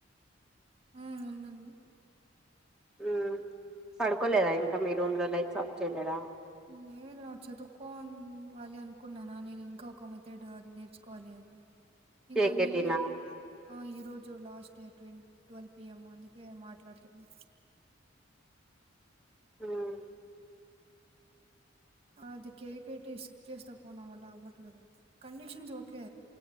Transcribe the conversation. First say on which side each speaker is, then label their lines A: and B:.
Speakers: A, on the right (about 30°); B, in the centre.
A: హ ఉంది ఉంది
B: హు పడుకోలేదా ఇంకా మీ రూమ్ లో లైట్ ఆఫ్ చేయలేదా
A: లేదు వాళ్ళు చదువు కోవాలి అనుకున్నాను నేను ఇంకా ఒక మెథడ్ అది నేర్చుకోవాలి అని
B: కేకేటీనా
A: ఇంకా నీరు ఈరోజు లాస్ట్ డేట్ ట్వల్వ్ పిఎంమ్ అందుకే మాట్ మాట్లాడుతున్నా
B: ఆహ
A: అది కే కేటి స్కిప్ చేస్తా పో నావల్ల అవ్వట్లేదు కండిషన్స్ ఓకే